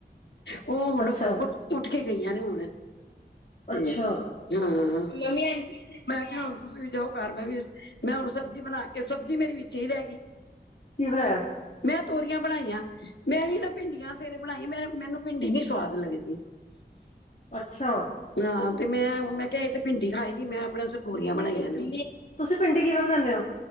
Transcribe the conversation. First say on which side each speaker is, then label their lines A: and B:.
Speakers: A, on the left (about 75°); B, on the left (about 45°).
A: ਉਹ ਹੁਣ
B: ਅੱਛਾ
A: ਉ ਉੱਠ ਕੇ ਗਈਆਂ ਨੇ ਹੁਣ ਤੇ
B: ਅੱਛਾ
A: ਹਾਂ ਮੰ ਮੈਂ ਕਿਹਾ ਹੁਣ ਤੁਸੀਂ ਵੀ ਜਾਓ ਘਰ ਮੈਂ ਵੀ ਮੈਂ ਹੁਣ ਸਬਜ਼ੀ ਬਣਾ ਕੇ ਸਬਜ਼ੀ ਮੇਰੀ ਵਿੱਚ ਹੀ ਰਹਿ ਗਈ।
B: ਕੀ ਬਣਾਇਆ?
A: ਮੈਂ ਤੋਰੀਆਂ ਬਣਾਈਆਂ ਮੈਂ ਵੀ ਇਹਦਾ ਭਿੰਡੀਆਂ ਸਵੇਰੇ ਬਣਾਈ ਮੈਨੂੰ ਭਿੰਡੀ ਨੀ ਸਵਾਦ ਲੱਗਦੀ।
B: ਅੱਛਾ।
A: ਹਾਂ ਤੇ ਮੈਂ ਮੈਂ ਕਿਹਾ ਇਹ ਤੇ ਭਿੰਡੀ ਖਾਏਗੀ ਮੈਂ ਆਪਨੇ ਵਾਸਤੇ ਤੋਂਰੀਆਂ ਬਣਾਈਆਂ ਨੇ।
B: ਤੁਸੀਂ ਭਿੰਡੀ ਕਿਵੇਂ ਬਣਾਉਂਦੇ ਹੋ